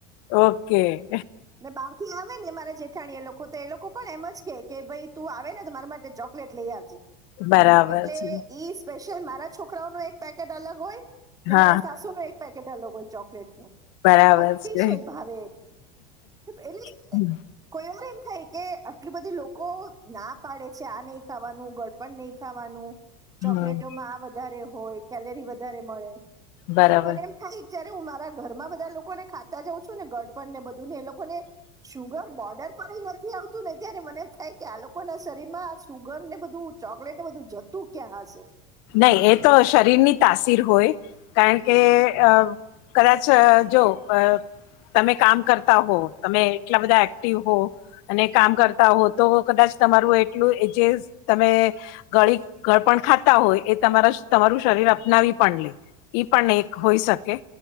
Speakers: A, on the left; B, on the right.
A: ઓકે.
B: અને બહાર થી આવે ને મારા જેઠાણીય લોકો તો એ લોકો પણ એમ જ કે કે ભાઈ તું આવે ને તો મારા માટે ચોકલેટ લઈ આવજે.
A: બરાબર
B: એટલે
A: છે.
B: ઈ સ્પેશિયલ મારા છોકરાઓ નું એક પેકેટ અલગ હોય ને
A: હા
B: મારા સાસુ નું એક પેકેટ અલગ હોય ચોકલેટ નું.
A: બરાબર
B: અતિશય
A: છે
B: ભાવે એ
A: હમ
B: કોઈ થાય કે આટલી બધી લોકો ના પાડે છે આ નહી ખાવાનું ગળપણ નહી ખાવાનું. ચોકલેટોમાં
A: હમ
B: આ વધારે હોય કેલરી વધારે મળે
A: બરાબર
B: પણ મને એમ થાય ત્યારે હું મારા ઘરમાં બધા લોકો ને ખાતા જઉં છું ને ગરપણ ને બધું ને એ લોકોને શુગર બોર્ડર પર નથી આવતું ને અત્યારે મને થાય કે આ લોકો ના શરીર માં સુગર ને બધું ચોકલેટ ને બધું જતું ક્યાં હશે.
A: નહી એ તો શરીરની તાસીર હોય કારણ કે અ કદાચ જો અ તમે કામ કરતા હો તમે એટલા બધા એક્ટિવ હો અને કામ કરતા હો તો કદાચ તમારું એટલું જે તમે ગળ ગળપણ ખા હોય એ તમારા તમારું શરીર અપનાવી પણ લે ઈ પણ એક હોઈ શકે